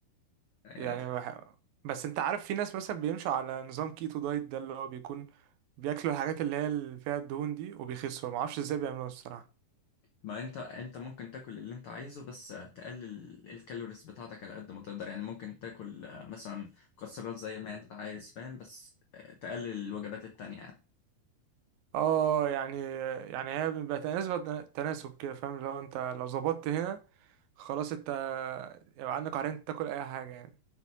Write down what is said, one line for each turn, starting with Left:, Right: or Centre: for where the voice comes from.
Left: آه،
Right: يعني بح... بس انت عارف في ناس مثلا بيمشوا على نظام كيتو دايت ده اللي هو بيكون بياكلوا الحاجات اللي هي اللي فيها الدهون دي وبيخسوا ما اعرفش ازاي بيعملوها الصراحه
Left: ما انت انت ممكن تاكل اللي انت عايزه بس تقلل الكالوريز بتاعتك على قد ما تقدر يعني ممكن تاكل آه، مثلا مكسرات زي ما انت عايز فاهم بس آه، تقلل الوجبات التانية يعني
Right: اه يعني يعني هي بيبقى تناسب تناسب كده فاهم اللي هو انت لو ظبطت هنا خلاص انت يبقى عندك عرين تاكل اي حاجه يعني